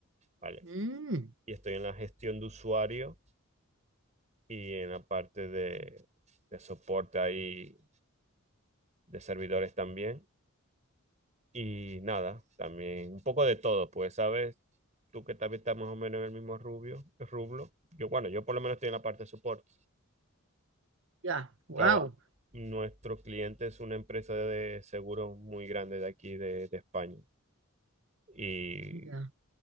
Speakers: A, on the right (about 30°); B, on the right (about 55°).
A: ¿vale?
B: Mm,
A: Y estoy en la gestión de usuario y en la parte de, de soporte ahí de servidores también. Y nada, también un poco de todo, pues, ¿sabes? Tú que también estás más o menos en el mismo rubio, rublo. Yo, bueno, yo por lo menos estoy en la parte de support.
B: ya, wow.
A: traba Nuestro cliente es una empresa de seguros muy grande de aquí, de, de España. Y,
B: Ya.